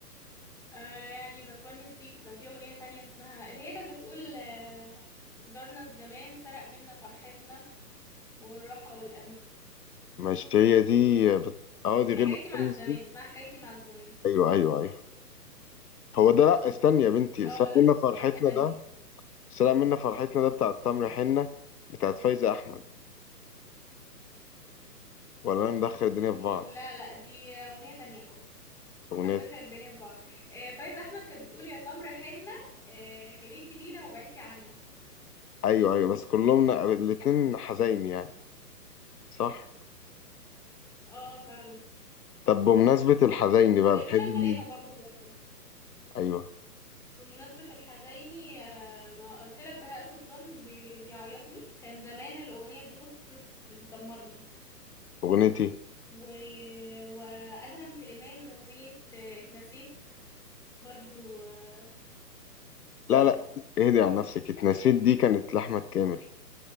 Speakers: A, in the centre; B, on the left.
A: آه يعني بتونس بيك وكان في أغنية تانية اسمها اللي هي كانت بتقول آه زارنا الزمان سرق منا فرحتنا والراحة والأمان
B: ماشي هي دي بت... اه دي
A: حكايتي
B: غير بتميز
A: مع الزمان
B: دي
A: اسمها حكايتي مع الزمان
B: ايوه ايوه ايوه هو ده لا استني يا بنتي
A: اه
B: سلام
A: لا
B: منا فرحتنا
A: واحدة تانية
B: ده سلام منا فرحتنا ده بتاع التمر حنة بتاعت فايزة احمد ولا انا مدخل الدنيا في بعض
A: لا لا دي أغنية تانية خالص انت
B: اغنية
A: مدخل الدنيا في بعض آه فايزة أحمد كانت بتقول يا تمر حنة آه خليتي بينا وبعدتي عنا
B: ايوه ايوه بس كلهم الاتنين حزين يعني صح
A: اه فعلا
B: طب بمناسبة الحزين
A: ولولا
B: بقى بتحب
A: الملامة
B: مين
A: برضو الوقت
B: ايوه
A: بمناسبة الحزيني آه، ما قلت لك بهاء سلطان بي- بيعيطني كان زمان الأغنية دي بص بت- بتدمرني
B: اغنيتي
A: و... وأدهم سليمان أغنية آه، اتنسيت برضو آه، نكد
B: لا لا اهدي على نفسك اتنسيت دي كانت لأحمد كامل